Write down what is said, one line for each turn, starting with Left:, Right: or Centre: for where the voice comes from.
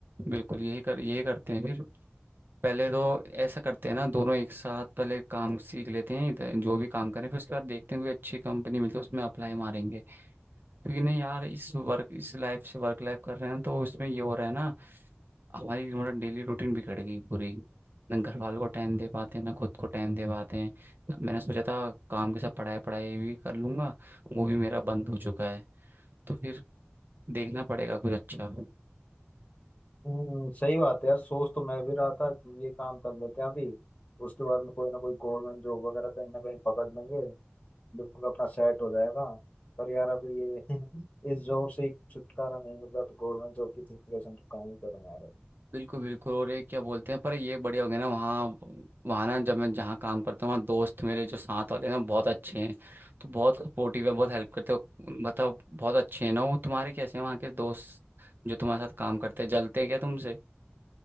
Right: बिल्कुल यही कर यही करते हैं फिर पहले तो ऐसा करते हैं ना दोनों एक साथ पहले काम सीख लेते हैं इधर जो भी काम करें फिर उसके बाद देखते हैं कोई अच्छी कंपनी मिलती है उसमें अप्लाई मारेंगे क्योंकि नहीं यार इस वर्क इस लाइफ से वर्क लाइफ कर रहे हैं तो उसमें ये हो रहा है ना हमारी मतलब डेली रूटीन बिगड़ गई पूरी ना घर वालों को टाइम दे पाते हैं ना खुद को टाइम दे पाते हैं मैंने सोचा था काम के साथ पढ़ाई पढ़ाई भी कर लूंगा वो भी मेरा बंद हो चुका है तो फिर देखना पड़ेगा कुछ अच्छा
Left: हम्म, सही बात है यार सोच तो मैं भी रहा था कि ये काम कर लेते हैं अभी उसके बाद में कोई ना कोई गवर्नमेंट जॉब वगैरह कहीं ना कहीं पकड़ लेंगे बिल्कुल अपना सेट हो जाएगा पर यार अभी ये <laughs> इस जॉब से ही छुटकारा नहीं मिल रहा तो गवर्नमेंट जॉब की प्रिपरेशन तो कहाँ ही करें यार अभी
Right: बिल्कुल बिल्कुल और ये क्या बोलते हैं पर ये बढ़िया हो गया ना वहाँ वहाँ ना जब मैं जहाँ काम करता हूँ वहाँ दोस्त मेरे जो साथ वाले हैं ना बहुत अच्छे हैं तो बहुत सपोर्टिव है बहुत हेल्प करते हो मतलब बहुत अच्छे हैं ना वो तुम्हारे कैसे हैं वहाँ के दोस्त जो तुम्हारे साथ काम करते हैं जलते हैं क्या तुमसे